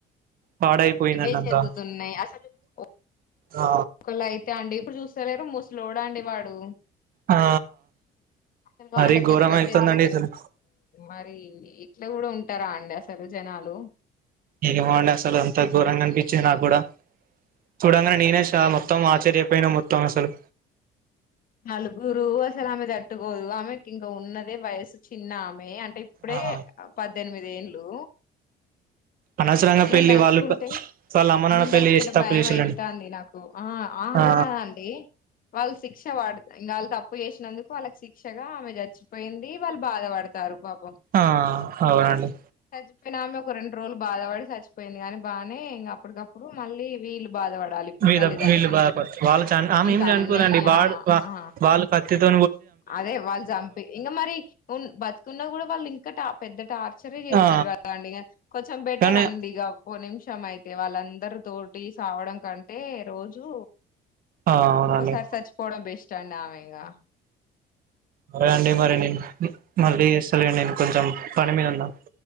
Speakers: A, on the right; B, on the left.
A: పాడైపోయిందండి
B: ఇవే
A: అంతా
B: జరుగుతున్నాయి అసలు ఒకల్లయితే
A: ఆ
B: అండి ఇప్పుడు చూస్తలేరు ముసలోడండి వాడు
A: ఆ
B: అసలు వాళ్ళకి
A: మరీ ఘోరం
B: ఎట్ల
A: అయితుందండి
B: చే
A: అసలు
B: మరి ఇట్లా కూడా ఉంటారా అండి అసలు జనాలు
A: ఎదవలు అసలు అంత గోరంగనబీచ్నారు నాక్కూడా చూడంగానే నీనేష్ మొత్తం ఆశ్చ్య పైన మొత్తం సార్
B: నలుగురు అసలు ఆమె తట్టుకోదు ఆమెకి ఇంక ఉన్నదే వయసు చిన్నమె అంటే ఇప్పుడే
A: ఆ
B: పద్దెనిమిది ఏళ్ళు
A: అనవసరంగా
B: ఆమెను
A: పెళ్లి
B: తలుచుకుంటే
A: వాళ్ళు వాళ్ళ అమ్మ నాన్న
B: ఆమెను
A: పెళ్లి
B: తలుచుకుంటే
A: చేసి తప్పు
B: భయం
A: చేసిళ్ళండి
B: అయితాంధి నాకు ఆ
A: ఆ
B: అది కాదండి వాళ్ళు ఇంకా వాళ్ళు తప్పు చేసినందుకు వాళ్ళకి శిక్షగా ఆమె చచ్చిపోయింది వాళ్ళు బాధపడతారు పాప
A: ఆ అవునండి
B: చచ్చిపోయిన ఆమె ఒక రెండు రోజులు బాధపడి చచ్చిపోయింది కానీ బాగానే ఇంక అప్పుటికప్పుడు మళ్ళీ వీళ్ళు బాధపడాలి ఇప్పుడు
A: మీద
B: తల్లిదండ్రులు
A: వీళ్ళు బాధపడుతున్న వాళ్ళ చ ఆమె
B: ఇంకా
A: ఏం చనిపోలేండి
B: అన్నయ్య
A: వాడు
B: ఆ
A: వాళ్ళు కత్తితో
B: అదే వాళ్ళు చంపి ఇంకా మరి బతుకున్న కూడా వాళ్ళు ఇంకా ట పెద్ద టార్చరే చేస్తారు
A: ఆ
B: కదండి ఇంక కొంచెం బెటర్
A: కానీ
B: అండి ఇక ఓ నిమిషం అయితే వాళ్ళందరి తోటి సావడం కంటే రోజూ
A: ఆ అవునండి
B: ఒక్కోసారి సచ్చిపోవడం బెస్ట్ చండాలంగా
A: అరే అండి మరి నేను మళ్ళీ చేస్తానుండి నేను కొంచెం పని మీద ఉన్నా